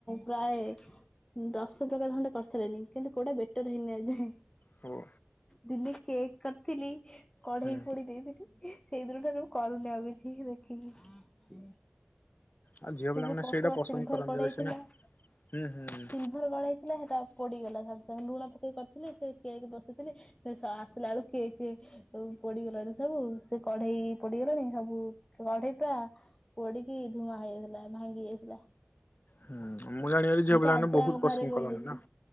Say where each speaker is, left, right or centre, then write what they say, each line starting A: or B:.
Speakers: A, on the left; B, on the left.
A: ପ୍ରାଏ ଦଶ ପ୍ରକାର ଖଣ୍ଡେ କରିସାରି ଲିଣି, କିନ୍ତୁ କୋଉଟା ବେଟର ହେଇନି ଆଜି ଯାଏଁ।
B: ହଉ
A: ଦିନେ କେକ୍ କରିଥିଲି କଢେଇ
B: ହୁଁ
A: ପୋଡି ଦେଇଥିଲି। ସେଇ ଦିନଠାରୁ କରୁନି ଆଉ କିଛି ଦେଖିକି।
B: ଆଉ ଝିଅ ପିଲାମାନେ
A: ସେ ଯୋଉ ପତଳା
B: ସେଇଟା ପସନ୍ଦ
A: ସିଲ୍ଭର
B: କରନ୍ତି
A: କଢେଇ
B: ବେଶୀ
A: ଥିଲା,
B: ନା। ହୁଁ ହୁଁ।
A: ସିଲ ଭର୍, କଡ଼େଇ ଥିଲା ହେଟା ପୋଡିଗଲା ସାଙ୍ଗେ ସଙ୍ଗେ, ଲୁଣ ପକେଇ କରିଥିଲି ସେ କେକ୍ ବସେଇଥିଲି ସେ ସ ଆସିଲା ବେଳୁ କେକ୍ ପୋଡିଗଲାଣି ସବୁ ସେ କଢେଇ ପୋଡିଗଲାଣି ସବୁ କଢେଇ ପୁରା ପୋଡିକି ଧୂଆଁ ହୋଇଗଲା ଭାଙ୍ଗି ଯାଇଥିଲା।
B: ହୁଁ ମୁଁ ଜାଣିବାରେ ଝିଅ
A: ମତେ
B: ପିଲା
A: ଆଜି
B: ମାନେ ବହୁତ
A: ଯାଏଁ ଆମ
B: ପସନ୍ଦ
A: ଘରେ କହୁଛନ୍ତି।
B: କରନ୍ତିୁ, ନା